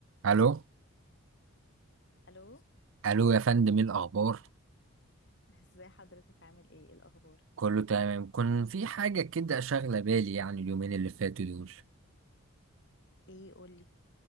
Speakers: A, on the right (about 60°); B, on the left (about 55°).
A: الو
B: الو
A: الو يا فندم ايه الاخبار
B: ازاي حضرتك عامل ايه إيه الاخبار
A: كله تمام كان في حاجه كده شاغله بالي يعني اليومين اللي فاتوا دول
B: ايه قولي